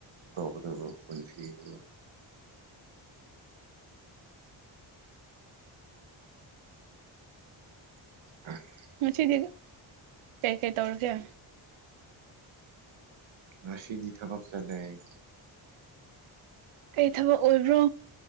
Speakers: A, on the right (about 70°); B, on the right (about 80°).
A: ꯇꯧꯀꯗꯕ ꯄꯨꯟꯁꯤꯁꯨ <unintelligible>
B: ꯃꯆꯤꯗꯤ ꯀꯩ ꯀꯩ ꯇꯧꯔ ꯀꯌꯥ
A: ꯉꯁꯤꯗꯤ ꯊꯕꯛ ꯆꯠꯂꯦ ꯑꯩ
B: ꯀꯩ ꯊꯕꯛ ꯑꯣꯏꯕ꯭ꯔꯣ